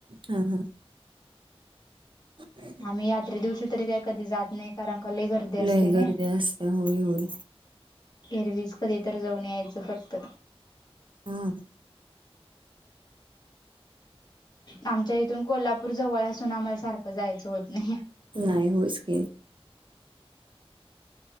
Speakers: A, on the right; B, on the left.
A: हा हा ह
B: आम्ही यात्रे दिवशी तरी काही कधी जात नाही कारण का लय गर्दी गर्दी असते
A: लय गर्दी
B: ना
A: असते होय होय
B: एरवी हच कधी तरर जाऊन यायचं फक्त
A: हम
B: आमच्या इथून कोल्हापूर जवळ असून आम्हाला सारखं जायचं होत नाही
A: नाही होयच की